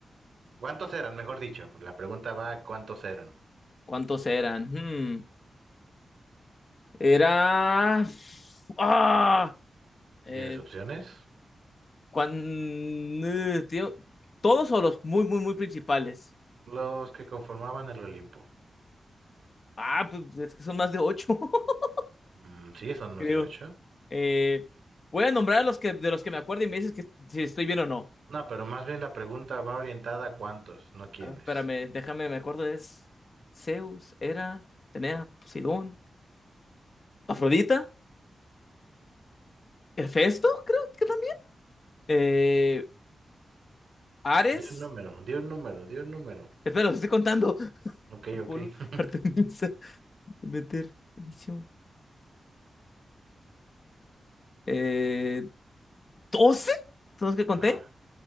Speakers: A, on the right (about 60°); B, on the left (about 40°).
A: ¿Cuántos eran, mejor dicho? La pregunta va, ¿cuántos eran?
B: ¿Cuántos eran? Hmm, Era. ¡Ah! eh,
A: ¿Quieres opciones?
B: Cuando, eh, tío, todos o los muy, muy, muy principales.
A: Los que conformaban el Olimpo.
B: Ah, pues es que son más de ocho, <laughs>
A: Mm, sí, son más
B: creo.
A: de ocho.
B: Eh, voy a nombrar a los que, de los que me acuerdo y me dices que si estoy bien o no.
A: No, pero más bien la pregunta va orientada a cuántos, no quiénes.
B: Ah, espérame, déjame, me acuerdo, es Zeus, Hera, Tenea, Poseidón, Afrodita, Hefesto, creo que también. Eh, Ares,
A: Di un número, di un número, di un número.
B: espera, los estoy contando. <laughs>
A: Ok,
B: Apolo,
A: ok. <laughs>
B: Artemisa, Demeter, Edición. Eh, ¿12? ¿Son los que conté?
A: Ah,